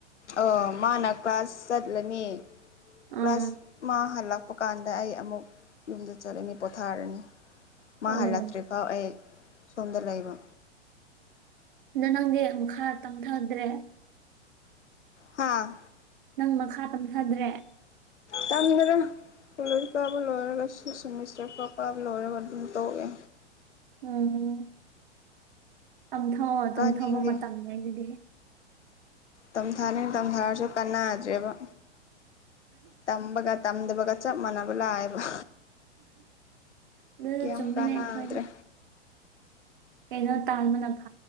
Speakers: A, on the left; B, on the right.
A: ꯑ ꯃꯥꯅ ꯀ꯭ꯂꯥꯁ ꯆꯠꯂꯅꯤ
B: ꯎꯝ
A: ꯀ꯭ꯂꯥꯁ ꯃꯥ ꯍꯜꯂꯛ ꯄ ꯀꯥꯟꯗ ꯑꯩ ꯑꯃꯨꯛ ꯌꯨꯝꯗ ꯆꯠꯂꯅꯤ ꯄꯣꯊꯥꯔꯅꯤ ꯃꯥ
B: ꯎꯝ
A: ꯍꯜꯂꯛꯇ꯭ꯔꯤꯐꯥꯎ ꯑꯩ ꯁꯣꯝꯗ ꯂꯩꯕ
B: ꯑꯗꯣ ꯅꯪꯗꯤ ꯃꯈꯥ ꯇꯝꯊꯗ꯭ꯔꯦ
A: ꯍꯥꯥ
B: ꯅꯪ ꯃꯈꯥ ꯇꯝꯊꯗ꯭ꯔꯦ
A: ꯇꯝꯗ꯭ꯔꯦ ꯀꯣꯂꯣꯖ ꯀꯥꯕ ꯂꯣꯏꯔꯒ ꯁꯤꯛ ꯁꯤꯃꯤꯁꯇꯔ ꯐꯥꯎ ꯀꯥꯕ ꯂꯣꯏꯔꯒ ꯑꯗꯨꯝ ꯇꯣꯛꯑꯦ
B: ꯎꯝ ꯇꯝꯊꯣꯛꯑꯣ
A: ꯀꯥꯅꯤꯡꯗꯦ
B: ꯇꯝꯊꯣꯛꯑꯣ ꯃꯇꯝ ꯂꯩꯔꯗꯤ
A: ꯇꯝꯊꯥꯅꯤ ꯇꯝꯊꯥꯔꯁꯨ ꯀꯥꯟꯅꯗ꯭ꯔꯦꯕ ꯇꯝꯕꯒ ꯇꯝꯗꯕꯒ ꯆꯞ ꯃꯥꯟꯅꯕ ꯂꯥꯛꯑꯦꯕ
B: ꯑꯗꯨ
A: ꯀꯦꯝ
B: ꯆꯨꯝꯃꯤꯅꯦ
A: ꯀꯥꯟꯅꯗ꯭ꯔꯦ
B: ꯑꯩꯈꯣꯏ ꯀꯩꯅꯣ ꯇꯥꯥꯟꯕꯗ ꯐ